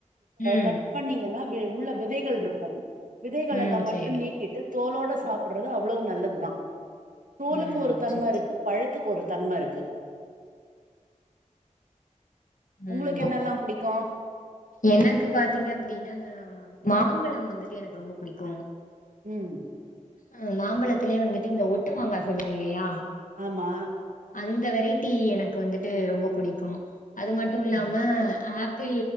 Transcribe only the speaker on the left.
ம்
ம்
சேரி
ம்
சேரி
சேரி
ம் ஓ
எனக்கு பாத்தீங்க அப்டின்னா நா மாம்பழ வந்துட்டு எனக்கு ரொம்ப புடிக்கு
அஹ் மாம்பழத்திலேயே வந்துட்டு இந்த ஒட்டு மாங்கா சொல்லுவோ இல்லயா
அந்த வெரைட்டி எனக்கு வந்துட்டு ரொம்ப புடிக்கு அது மட்டு இல்லாம
ப்பிள்